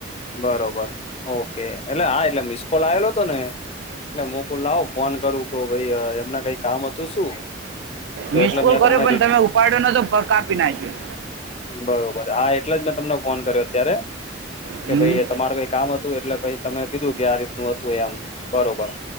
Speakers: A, on the left; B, on the right.
A: બરોબર ઓકે એટલે હા એટલે મિસ કોલ આવેલો હતો ને. એટલે મોકલ લાવો ફોન કરું કે ભાઈ એમના કઈ કામ હતું શું. તો
B: મિસ
A: એટલે
B: કોલ
A: મેં
B: કર્યો
A: તમને
B: પણ તમે ઉપાડ્યો ન તો પક્ક આપી નાખ્યો.
A: બરોબર હા એટલે જ મેં તમને ફોન કર્યો અત્યારે. કે
B: હમ
A: ભાઈ એ તમાર કઈ કામ હતું એટલે ભ તમે કીધું કે આ રીતનું હતું એમ બરોબર.